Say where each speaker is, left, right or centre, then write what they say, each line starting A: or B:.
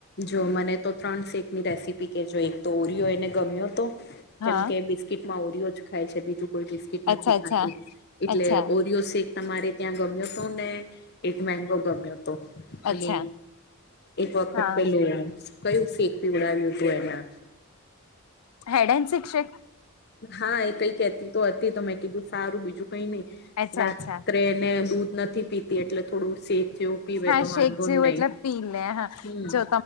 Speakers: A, on the left; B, on the left.
A: -જો, મને તો ત્રણ સેકની રેસીપી કહેજો. એક તો ઓરિયો એને ગમ્યો તો- -કેમ
B: હા
A: કે બિસ્કીટમાં ઓરિયો જ ખાય છે, બીજું કોઈ બિસ્ટ- -નથી
B: અચ્છા
A: ખાતી.
B: અચ્છા
A: એટલે
B: અચ્છા
A: ઓરિયો સ- -તમારે ત્યાં ગમ્યો તો ને, એક મેંગો ગમ્યો તો. અને
B: અચ્છા
A: એક વખત
B: હા
A: પેલું કયું શેક પીવડાવ્યું હતું એને-
B: -હેડએન સીક શેક?
A: હા, એ કઈ કેતી તો હતી. તો મેં કીધું સારું બીજું કઈ નહી
B: અચ્છા
A: રા-
B: અચ્છા
A: એને દૂધ નથી પીતી, એટલે થોડું શેક જેવું- પીવે
B: હા,
A: તો વાંધો
B: શેક જેવું
A: નહી
B: એટલે પી લે હા
A: હમ
B: જો